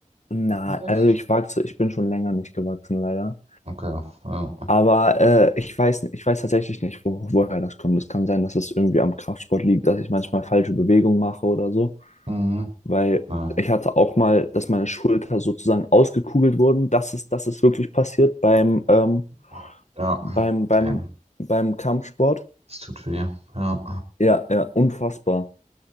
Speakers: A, on the left; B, on the right.
A: na,
B: Vielleicht?
A: also ich wachse, ich bin schon länger nicht gewachsen, leider.
B: Okay. Ja.
A: Aber äh, ich weiß, ich weiß tatsächlich nicht, wo, woher das kommt. Es kann sein, dass es irgendwie am Kraftsport liegt, dass ich manchmal falsche Bewegungen mache oder so.
B: Hm.
A: Weil
B: Ja.
A: ich hatte auch mal, dass meine Schulter sozusagen ausgekugelt wurden. Das ist, das ist wirklich passiert beim, ähm,
B: Oh. Ja.
A: beim, beim,
B: Damn.
A: beim Kampfsport.
B: Es tut weh. Ja.
A: Ja, ja, unfassbar.